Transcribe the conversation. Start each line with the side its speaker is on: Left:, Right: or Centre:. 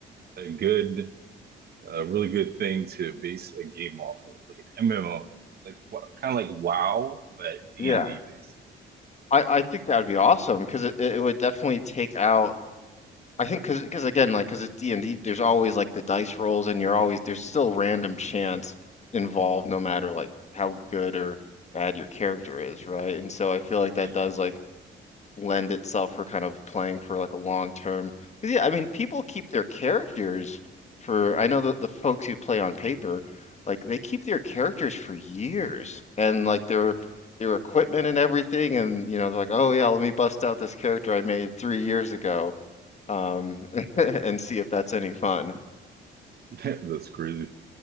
Right: a good a really good thing to base a game off of, like an MMO, like kind of like WoW, but D
Left: yeah.
Right: and D based.
Left: I I think that would be awesome because it it would definitely take out. I think because because again like because at D and D there's always like the dice rolls and you're always there's still random chance involved no matter like how good or bad your character is, right? And so I feel like that
Right: Yeah,
Left: does like lend itself for kind of playing for like a long term. Because yeah, I mean, people keep their characters for. I know that the folks who play on paper, like they keep their characters for years, and like their their equipment and everything, and you know, they're like, oh yeah, let me bust out this character I made three years ago, um, <laughs> and see if that's any fun.
Right: <laughs> that's crazy.